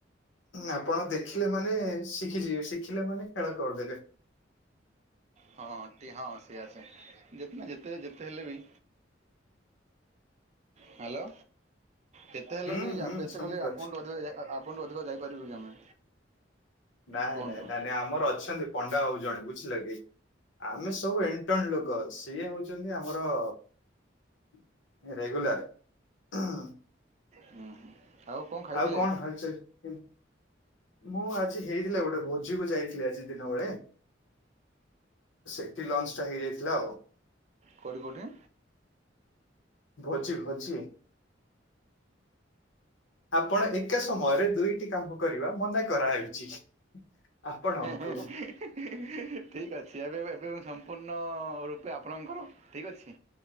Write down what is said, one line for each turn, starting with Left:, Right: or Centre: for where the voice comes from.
Left: ଆପଣ ଦେଖିଲେ ମାନେ ଶିଖିଯିବେ ଶିଖିଲା ମାନେ ଖେଳ କରିଦେବେ।
Right: ହଁ ଟି ହଁ ସେଆ ସେ ଯେତେ ନା ଯେତେ ଯେତେ ହେଲେ ବି ହ୍ୟାଲୋ ଯେତେ ହେଲେ
Left: ହୁଁ
Right: ବି
Left: ହୁଁ
Right: ଆମେ ଯେତେ
Left: ଶୁଣିପାରୁଛି
Right: କଲେ ଆପଣଠୁ ଅଧିକ ଯ ଆ ପଣଙ୍କଠୁ ଅଧିକ ଯାଇପାରିବୁ କି ଆମେ।
Left: ନାଇଁ
Right: କୁହନ୍ତୁ
Left: ନାଇଁ ନାଇଁ ନାଇଁ ଆମର ଅଛନ୍ତି ପଣ୍ଡା ବାବୁ ଜଣେ ବୁଝିଲ କି। ଆମେ ସବୁ ଏଣ୍ଟଣ ଲୋକ ସିଏ ହଉଛନ୍ତି ଆମର ରେଗୁଲାର।
Right: ହୁଁ ହୁଁ। ଆଉ କ'ଣ ଖାଇଥିଲେ
Left: ଆଉ କଣ ହାଲଚାଲ। ମୁଁ ଆଜି ହେଇଥିଲା ଗୋଟେ ଭୋଜିକୁ ଯାଇଥିଲି ଆଜି ଦିନ ବେଳେ। ସେଠି ଲଞ୍ଚ ଟା ହେଇଯାଇଥିଲା ଆଉ।
Right: କୋଉଠି କୋଉଠି।
Left: ଭୋଜି ଭୋଜି। ଆପଣ ଏକା ସମୟରେ ଦୁଇଟି କାମ କରିବା ମନା କରାହେଇଛି। ଆପଣଙ୍କୁ।
Right: <unintelligible> ଠିକ୍ ଅଛି ଏବେ ଏବେ ମୁଁ ସ ପୂର୍ଣ୍ଣ ରୂପେ ଆପଣଙ୍କର ଠିକ୍ ଅଛି